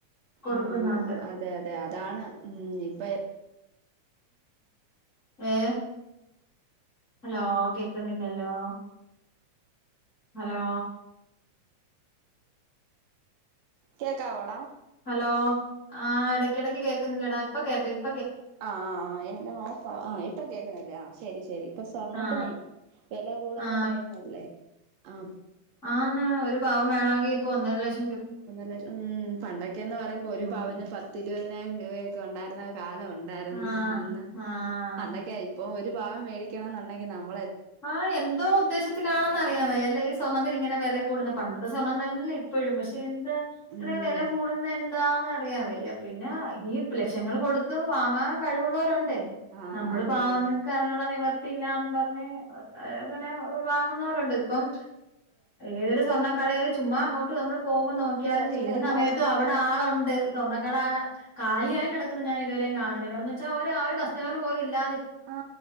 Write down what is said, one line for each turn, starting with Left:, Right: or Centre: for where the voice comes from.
Left: കൊടുക്കുന്നു
Right: ആഹ് അതെ അതെ അതാണ് ഉം ഇപ്പൊ എ
Left: ഏ ഹലോ കേക്കുന്നില്ലല്ലോ ഹലോ
Right: കേക്കാവോടാ
Left: ഹലോ ആ ഇടക്കിടക്ക് കേക്ക ക്ക്ന്നില്ല ടാ ഇപ്പ കേക്ക
Right: ആ ആ എനിക്ക് ന്ന് ഓഫാ ആ ഇപ്പൊ കേക്കുന്നില്ലേ ആ ശരി ശരി ഇപ്പൊ സ്വർണത്തിനെ
Left: ആ
Right: വെല കൂടുന്ന
Left: ആ
Right: ടൈമല്ലേ ആ
Left: ആന്ന് ഒരു പാവം വേണോങ്കി ഇപ്പൊ ഒന്നര ലക്ഷ
Right: മ്മ്-പണ്ടൊക്കെന്ന് പറയുമ്പോ ഒരു പവന്
Left: ഉം
Right: പത്തിരുപ <unintelligible> രൂപയൊക്കെ ഉണ്ടായിരുന്ന കാലം ഉണ്ടായിരുന്നു
Left: ആഹ്
Right: അന്ന്
Left: ആഹ്
Right: അന്നൊക്കെ ഇപ്പോ ഒരു പവൻ മേടിക്കണംമെന്നുണ്ടെങ്കിൽ നമ
Left: ആ എന്തോ ഉദ്ദേശത്തിലാണെന്ന്റിയ വയ്യല്ലേ ഈ സ്വർണത്ത്ന് ഇങ്ങനെ വില കൂടുന്ന പണ്ടത്തെ സ്വർണ്ണ ല്ലേ ഇപ്പോഴും പക്ഷെ എന്താ ഇത്ര
Right: ഉം
Left: വില കൂടുന്ന എന്താന്ന് അറിയ വയ്യ പിന്നെ ഈ ലക്ഷങ്ങൾ കൊടുത്ത് വാങ്ങാൻ കഴിവുള്ളൊരു ണ്ട്
Right: ആഹ്
Left: നമ്മള്
Right: അതെ
Left: പാവങ്ങൾക്ക്
Right: അതെ
Left: അതിനുള്ള നിവർ ത്തില്ലാ ന്ന് പറഞ്ഞ് അങ്ങനെ വാങ്ങുന്നവരുണ്ട് ഇപ്പം ഏതൊരു സ്വർണ്ണക്കടെല് ചുമ്മാ അങ്ങോട്ട് നമ്മള് പോവുമ്പോ നോക്കിയാലും
Right: കുറച്ചൂടെ
Left: ഏത്
Right: എല്ലാരും
Left: സമയത്തും അവിടെ ആളുണ്ട് സ്വാണകട കാലി
Right: ആഹ്
Left: ആയി കേടക്ക്‌ന്ന ഞാ തുവരേ കാണ്‌ന്നില്ല ന്ന് വെച്ച ഒര ഒര് കസ്റ്റമർ പോലും ഇല്ല
Right: ആ